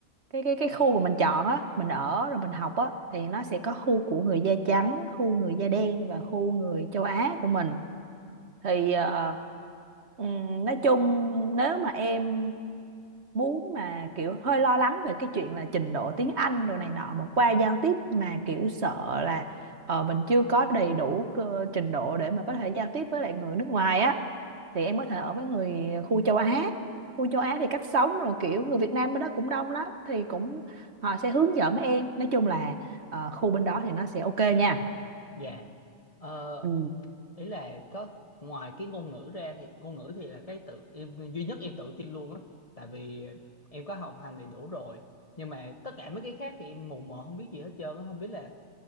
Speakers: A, on the right; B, on the left.
A: cái cái cái khu mà mình chọn á mình ở rồi mình học á thì nó sẽ có khu của người da trắng khu người da đen và khu người châu Á của mình thì ờ, ừm, nói chung nếu mà em muốn mà kiểu hơi lo lắng về cái chuyện là trình độ tiếng Anh đồ này nọ mà qua giao tiếp mà kiểu sợ là ờ, mình chưa có đầy đủ cơ, trình độ để mà có thể giao tiếp với lại người nước ngoài á thì em có thể ở với người khu châu Á khu châu Á thì cách sống rồi kiểu người Việt Nam bên đó cũng đông lắm thì cũng họ sẽ hướng dẫn em nói chung là ờ, khu bên đó thì nó sẽ ok nha
B: Dạ. Ờ,
A: Ừ.
B: ý là có ngoài cái ngôn ngữ ra thì ngôn ngữ thì là cái tự em duy nhất em tự tin luôn á, tại vì em có học hành đầy đủ rồi. Nhưng mà tất cả mấy cái khác thì em mù mờ không biết gì hết trơn á, không biết là